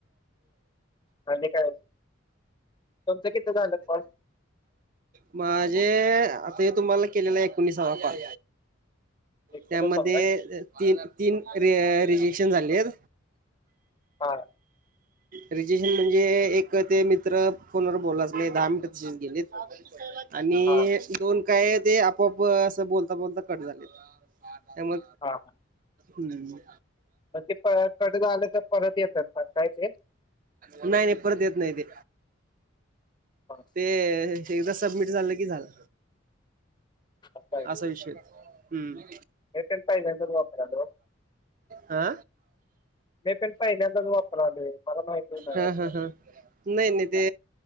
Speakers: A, on the left; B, on the right.
A: आणि काय तुमचं किती झालं कॉल?
B: माझे आता हे तुम्हाला केलेला एकोणिसावा कॉल.
A: एकट्याला
B: त्यामध्ये
A: सवय
B: तीन-तीन र- रिजेशन झालेत.
A: हां.
B: रेजशन म्हणजे एक ते मित्र फोनवर बोललाच नाही दहा मिनिटं तशीच गेलेत. आणि
A: हा
B: दोन काय ते आपोआप असं बोलता बोलता कट झालेत त्या म
A: हा ‌.
B: हम्म.
A: ते कट झाल परत येत्यात काय ते.
B: नाही नाही परत येत नाही ते.
A: हां.
B: ते एकदा सबमिट झालं की झालं
A: असं आहे.
B: असा विषय तो. हम्म.
A: <unintelligible> पहिल्यांदाच वापरायलो.
B: हा,
A: मी पण पहिल्यांदाच वापरालोय मला माहितच नाही.
B: हं हं हं हं. नाही नाही ते